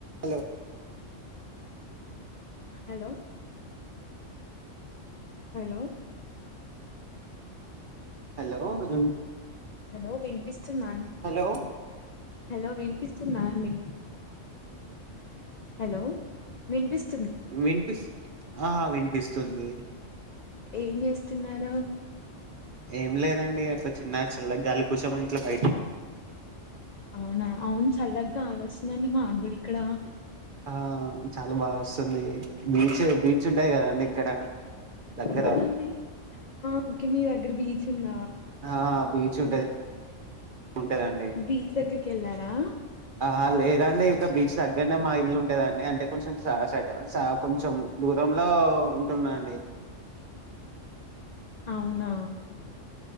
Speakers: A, on the right; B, on the left.
A: Hello
B: hello hello
A: hello <inaudible>
B: hello విన్పిస్ చూనండి
A: hello
B: hello వినిపిస్తుంద అండి హలో విన్పిస్
A: విన్పిస్ ఆ వినిపిస్తుంది
B: ఏం చేస్తున్నారు
A: ఏం లేదండి అట్లా చిన్న చల్లగా గాలి కూసమ ఇట్లా బయట
B: అవునా అవును చల్లగ్గా గాలి వస్తుంది అండి మా గూడ ఇక్కడ
A: ఆ చాలా బాగోస్ వస్తుంది బీచ్ బీచ్ ఉంటాయి కదాండి ఇక్కడ దగ్గర
B: ఎక్కడండి ఓకే మీ దగ్గర బీచ్ ఉంద
A: ఆ బీచ్ ఉంటది ఉంటదండి
B: బీచ్ దగ్గరికి వెళ్ళారా
A: ఆ లేదండి ఇంకా బీచ్ దగ్గరనే మా ఇల్లు ఉంటాదండి అంటే కొంచెం శాసట కొంచెం దూరంలో టున్నాఅండి
B: అవునా